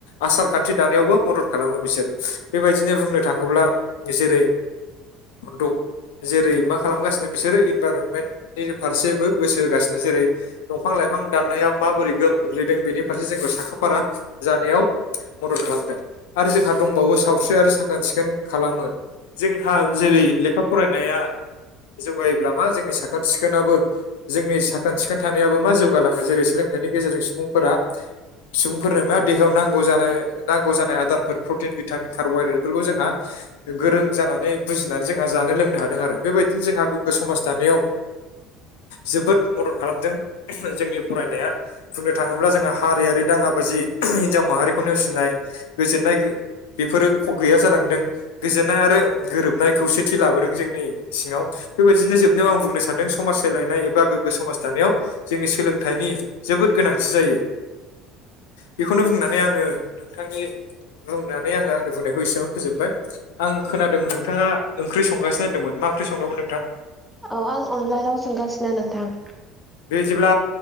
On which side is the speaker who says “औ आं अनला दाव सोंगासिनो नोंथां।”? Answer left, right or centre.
Centre